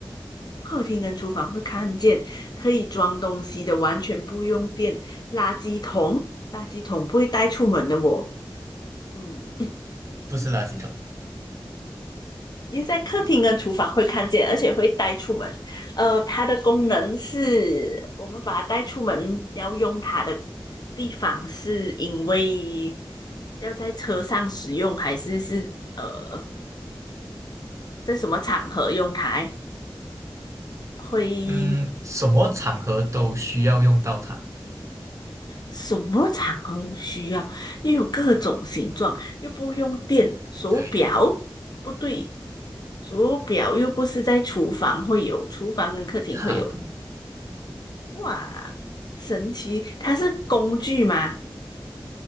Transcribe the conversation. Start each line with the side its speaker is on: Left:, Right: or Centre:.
Left: 客厅跟厨房会看见可以装东西的，完全不用电，垃圾桶，垃圾桶不会带出门的我，嗯，
Right: 不是垃圾桶。
Left: 因为在客厅跟厨房会看见，而且会带出门。呃，它的功能是我们把它带出门要用它的地方，是因为要在车上使用，还是是呃在什么场合用它？会
Right: 嗯，什么场合都需要用到它。
Left: 什么场合都需要，又有各种形状，又不用电。手表不对，
Right: 对，
Left: 手表又不是在厨房会有，厨房跟客厅会有的。
Right: 哈，
Left: 哇，神奇！它是工具吗？